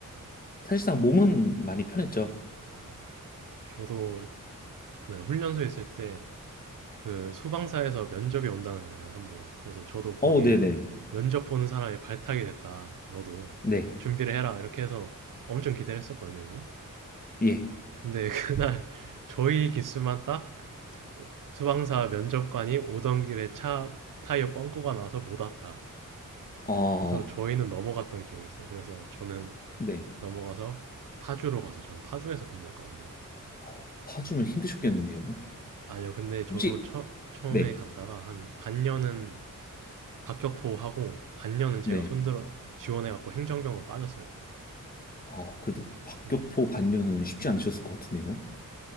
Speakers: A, on the left (about 25°); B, on the right (about 75°).
A: 사실상 몸은 많이 편했죠.
B: 아, 저도 뭐냐, 훈련소 있을 때 그 수방사에서 면접이 온다는 거예요, 한번. 그래서 저도 거기에
A: 어, 네, 네.
B: 면접 보는 사람이 발탁이 됐다. 너도
A: 네.
B: 준비를 해라. 이렇게 해서 엄청 기대를 했었거든요, 이제.
A: 예.
B: 근데 <laughs> 그날 저희 기수만 딱 오- 수방사 면접관이 오던 길에 차 타이어 뻥꾸가 나서 못 왔다.
A: 어,
B: 그래서 저희는 넘어갔던 기억이 있어요. 그래서 저는
A: 네.
B: 넘어가서 파주로 가서 저는 파주에서 근무했거든요.
A: 어, 파주면 힘드셨겠는데요.
B: 네. 아니요, 근데 저도
A: 혹시
B: 처, 처음에
A: 네.
B: 갔다가 한 반년은 박격포하고 반년은 제가
A: 네.
B: 손들어 지원해갖고 행정병으로 빠졌어요. 저는.
A: 아, 그래도 박격포
B: 네.
A: 반려는 쉽지 않으셨을 것 같은데요.